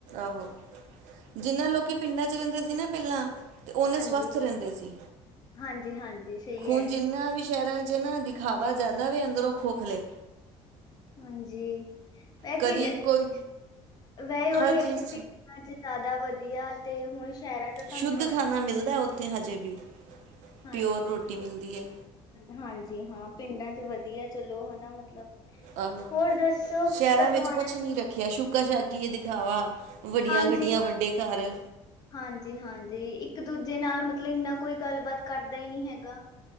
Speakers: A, on the right (about 80°); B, on the left (about 35°).
A: ਆਹੋ ਜਿੰਨਾਂ ਲੋਕੀ ਪਿੰਡਾਂ 'ਚ ਰੈਂਦੇ ਸੀ ਨਾ ਪੈਲਾਂ ਤੇ ਓਨੇ
B: ਹਾਂਜੀ
A: ਸਵਸਥ ਰੈਂਦੇ ਸੀ।
B: ਹਾਂਜੀ ਹਾਂਜੀ ਸਹੀ
A: ਹੁਣ
B: ਹੈ
A: ਜਿੰਨਾ ਵੀ ਸੈ਼ਰਾਂ 'ਚ ਏ ਨਾ ਖਾਵਾ ਜਾਦਾ ਵੇ ਅੰਦਰੋਂ ਖੋਖ ਲੇ।
B: ਹਾਂਜੀੈ ਵੈ
A: ਕਦੀ
B: ਕੀ
A: ਕੋਈ
B: ਵ‌ਏ ਓਈ
A: ਹਰ
B: ਐ
A: ਚੀਜ਼
B: ਕੀ ਪਿੰਡਾਂ 'ਚ ਜਾਦਾ ਵਧੀਆ ਤੇ ਹੁਣ ਸੈ਼ਰਾਂ 'ਚ ਤੁਹਾਨੂੰ
A: ਸ਼ੁੱਧ
B: ਪਤਾ
A: ਖਾਣਾ ਮਿਲਦਾ ਓਥੇ ਹਜੇ ਵੀ,
B: ਹਾਂਜੀ
A: ਪਿਓਰ ਰੋਟੀ ਮਿਲਦੀ ਏ।
B: ਹਾਂਜੀ ਹਾਂ ਪਿੰਡਾਂ 'ਚ ਵਧੀਆ ਚਲੋ ਹਨਾ ਮਤਲਬ।
A: ਆਹੋ
B: ਹੋਰ ਦੱਸੋ
A: ਸੈ਼ਰਾਂ
B: ਕਦੋਂ
A: ਵਿੱਚ
B: ਆਣਾ
A: ਕੁਛ ਨੀ
B: ਫਿਰ ਤੁਸੀਂ
A: ਰੱਖਿਆ ਸ਼ੁ ਛੂਕਾ ਛਾਕੀ ਏ ਦਿਖਾਵਾ, ਵੱਡੀਆਂ
B: ਹਾਂਜੀ
A: ਗੱਡੀਆਂ- ਵੱਡੇ ਘਰ।
B: ਹਾਂਜੀ ਹਾਂਜੀ ਇੱਕ ਦੂਜੇ ਨਾਲ ਮਤਲਬ ਇੰਨਾ ਕੋਈ ਗੱਲਬਾਤ ਕਰਦਾ ਈ ਨੀ ਹੈਗਾ।